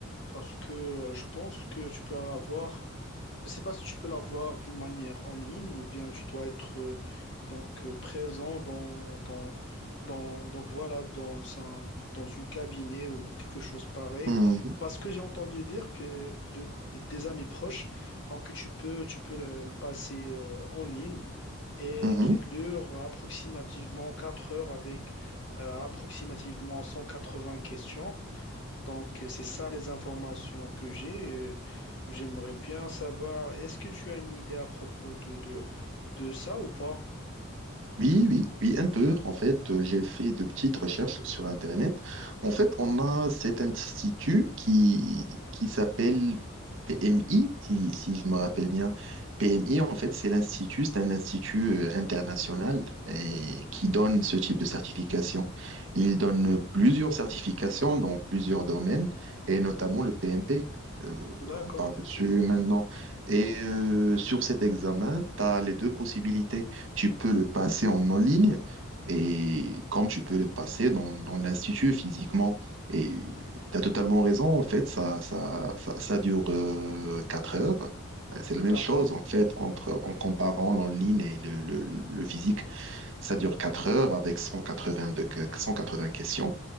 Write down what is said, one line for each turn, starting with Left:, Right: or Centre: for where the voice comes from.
Left: Parce que euh, je pense que tu peux l'avoir. Je ne sais pas si tu peux l'avoir d'une manière en ligne ou bien tu dois être euh, donc euh, présent dans, dans, dans donc voilà dans un dans une cabinet ou quelque chose pareil.
Right: Mhm.
Left: Parce que j'ai entendu dire que de, de- des amis proches, donc tu peux tu peux le, le passer euh, en ligne et
Right: Mhm.
Left: qu'il dure approximativement 4 heures avec euh, approximativement 180 questions. Donc, euh, c'est ça les informations que j'ai. Euh, J'aimerais bien savoir, est-ce que tu as une idée à propos de, de, de ça ou pas?
Right: Oui, oui, oui, un peu. En fait, euh, j'ai fait de petites recherches sur Internet. En fait, on a cet institut qui, qui s'appelle PMI, si, si je me rappelle bien. PMI, en fait, c'est l'institut, c'est un institut euh, international et qui donne ce type de certification. Il donne plusieurs certifications dans plusieurs domaines et notamment le PMP. Euh,
Left: D'accord,
Right: on parle dessus
Left: ok.
Right: maintenant. Et euh, sur cet examen, tu as les deux possibilités. Tu peux le passer en en ligne et comme tu peux le passer dans, dans l'institut physiquement. Et tu as totalement raison, en fait, ça, ça, ça, ça dure euh, 4 heures. Euh, C'est la même
Left: D'accord.
Right: chose, en fait, entre, en comparant l'en ligne et le, le, le physique. Ça dure 4 heures avec 182, que- 180 questions